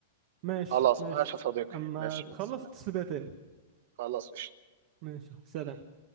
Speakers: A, on the right (about 40°); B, on the right (about 60°).
A: ماشي
B: خلاص
A: ماشي
B: ماشي يا صديقي
A: اما
B: ماشي
A: تخلص
B: مع السلامة
A: اتصل بيا تاني
B: خلاص قشطة
A: ماشي سلام